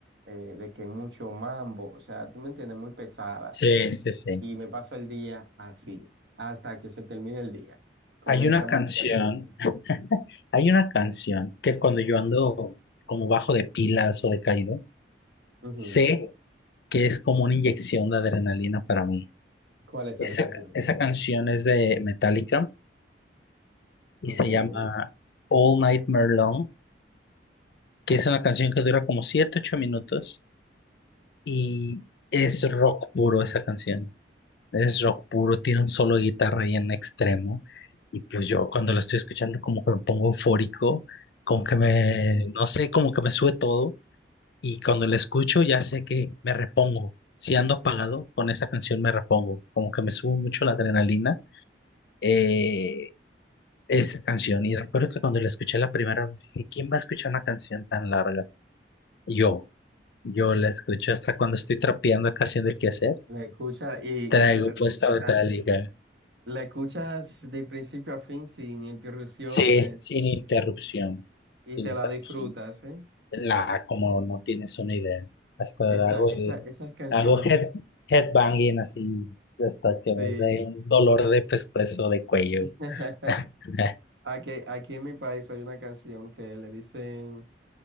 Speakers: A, on the right; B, on the left.
A: eh, de que mucho mambo, o sea, tú me entiendes, muy pesada.
B: Sí, sí, sí.
A: Y me paso el día así, hasta que se termine el día, con
B: Hay
A: esa
B: una canción,
A: música termina.
B: hay una canción que cuando yo ando como bajo de pilas o decaído,
A: Ujú.
B: sé que es como una inyección de adrenalina para mí.
A: ¿Cuál es
B: Esa,
A: esa canción?
B: esa canción es de Metallica y
A: Ok.
B: se
A: Ujú.
B: llama All Nightmare Long, que es una canción que dura como 7, 8 minutos y es rock puro esa canción. es rock puro, tiene un solo de guitarra ahí en extremo. Y pues yo cuando lo estoy escuchando como que me pongo eufórico, como que me, no sé, como que me sube todo. Y cuando lo escucho ya sé que me repongo. Si ando apagado, con esa canción me repongo. Como que me sube mucho la adrenalina eh, esa canción. Y recuerdo que cuando la escuché la primera vez dije, ¿quién va a escuchar una canción tan larga? Yo. Yo la escucho hasta cuando estoy trapeando acá haciendo el quehacer.
A: La escuchas y,
B: Traigo
A: y te termina,
B: puesta
A: o sea,
B: Metallica.
A: la escuchas de principio a fin sin interrupciones
B: Sí, sin interrupción,
A: y
B: sin
A: te
B: interrupción.
A: la disfrutas, ¿eh?
B: La, como no tienes una idea. Hasta
A: Esa,
B: hago
A: esa,
B: el,
A: esas canciones
B: hago head,
A: así.
B: headbanging así, hasta que
A: Sí.
B: me dé un dolor de pescuezo, de cuello.
A: <laughs>
B: <laughs>
A: Aquí, aquí en mi país hay una canción que le dicen